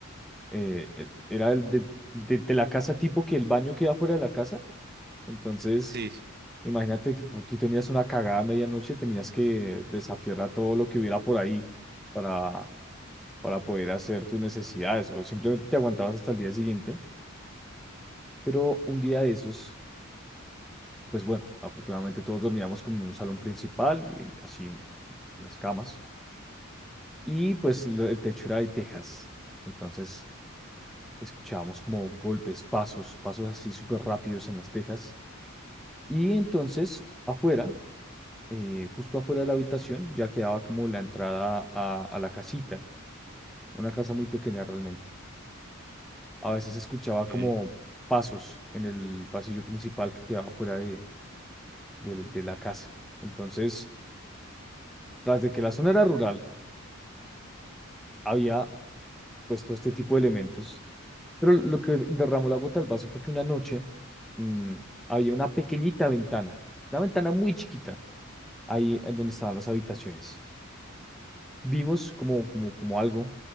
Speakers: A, in the centre; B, on the right.
A: eh, el- era el de, de de la casa tipo que el baño queda fuera de la casa Entonces,
B: Sí, sí.
A: imagínate que pu- tú tenías una cagada a medianoche, tenías que desafiar a todo lo que hubiera por ahí para, para poder hacer tus necesidades o simplemente te aguantabas hasta el día siguiente. Pero un día de esos, pues bueno, afortunadamente todos dormíamos como en un salón principal y en- así en las camas. Y pues la- el techo era de tejas. Entonces escuchábamos como golpes, pasos, pasos así súper rápidos en las tejas. Y entonces afuera eh, justo afuera de la habitación ya quedaba como la entrada a, a la casita, una casa muy pequeña realmente. A veces escuchaba como
B: ok.
A: pasos en el pasillo principal que quedaba fuera de, del- de la casa. Entonces, tras de que la zona era rural, había pues todo este tipo de elementos. Pero lo que derramó la gota al vaso fue que una noche mm, había una pequeñita ventana, una ventana muy chiquita, ahí en donde estaban las habitaciones. Vimos como, como, como algo